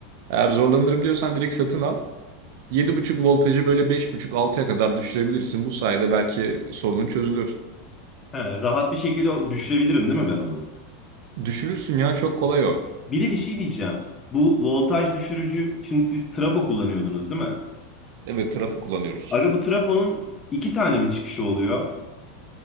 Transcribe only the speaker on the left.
He, rahat bir şekilde düşürebilirim değil mi ben onu?
Bir de bir şey diyeceğim. Bu voltaj düşürücü, şimdi siz trafo kullanıyordunuz değil mi?
Aga bu trafonun iki tane mi çıkışı oluyor?